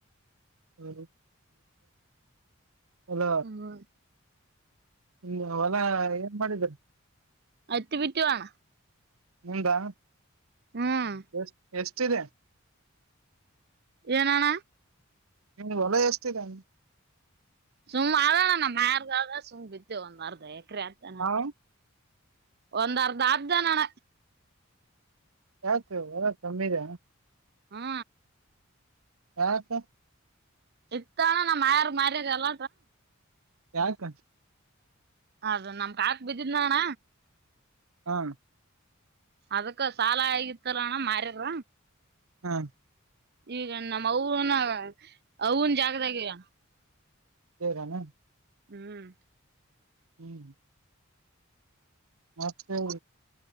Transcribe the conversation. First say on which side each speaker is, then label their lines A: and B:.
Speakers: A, on the right (about 85°); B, on the right (about 50°).
A: ಹ ಅಲ್ಲ
B: ಹ್ಮ್
A: ಹ್ಮ ಹೊಲ್ಲ ಏನ್ ಮಾಡಿದರ
B: ಅತ್ತುಪಿಟ್ಟುವಣ
A: ಮುಂದಾ
B: ಹ್ಮ್
A: ಎಷ್ಟ ಎಷ್ಟಿದೆ
B: ಏನಣ
A: ನಿಮ್ದು ಹೊಲಯ ಎಷ್ಟಿದೆ
B: ಸುಮ್ಮ್ ನ ಮಾರ ಸುಮ್ಮ್ ಬಿತ್ತ ಒಂದಾರದ ಏಕ್ರತಣ
A: ಹಾ
B: ಒಂದ ಅರ್ಧ ಆರನಣ
A: ಆಯ್ತು ಹೊರ ಕಮ್ಮಿದ
B: ಹ್ಮ
A: ಯತ
B: ಎತ್ತಣ ನಮ್ಮ ಮಾಯಾರ ಮಾಾರ ಎಲ್ಲ
A: ಯಾಕ
B: ಅದ ನಮ್ ಕಕ್ ಬಿದ್ದಿದ ಅಣ್ಣ
A: ಹಾ
B: ಅದಕ್ಕ ಸಾಲಾಗತ್ತರಣ ಮಾರಿರ
A: ಹಾ
B: ಈಗ ನಮ್ಮ್ ಅವನ ಅವವುನ್ ಜಾಗದಾಗಗ
A: ಸೇರಣ
B: ಹ್ಮ್
A: ಹ್ಮ್ ಮತ್ತೆ